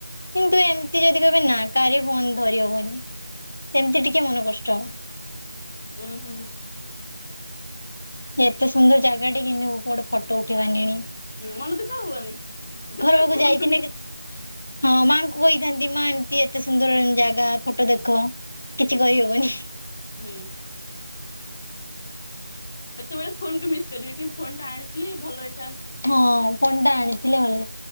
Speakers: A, on the left (about 55°); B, on the left (about 20°).
A: କିନ୍ତୁ ଏମିତି ଯଦି କହିବେ ନା କାହାରି ବି ଫୋନ ଧରିହବନି ସେମତି ଟିକିଏ ମନ କଷ୍ଟ ହବ।
B: ଉଁ ହୁଁ।
A: ଏତେ ସୁନ୍ଦର ଜାଗାଟେ କିନ୍ତୁ ମୁଁ ଗୋଟାଏ ଫଟୋ ଉଠେଇବି ପାରିଲିନି।
B: ହୁଁ ମନ ଦୁଃଖ ହବନି? ଯେତେବେଳେ
A: ପାଖକୁ
B: ଫୋନ
A: ଯାଇଥିନେ
B: କୁ ମିଶ୍
A: ହଁ ମାଙ୍କୁ କହିଥାନ୍ତି ମା ଏମିତି ଏତେ ସୁନ୍ଦର ଜାଗା ଫଟୋ ଦେଖ। କିଛି କହିହବନି।
B: ହୁଁ। ସେତେବେଳେ ଫୋନ କୁ ମିସ୍ କରିବି କି ଫୋନ ଟା ଆଣିଥିଲେ ଭଲ ହେଇ
A: ହଁ ଫୋନ ଟା ଆଣିଥିଲେ ଭଲେ,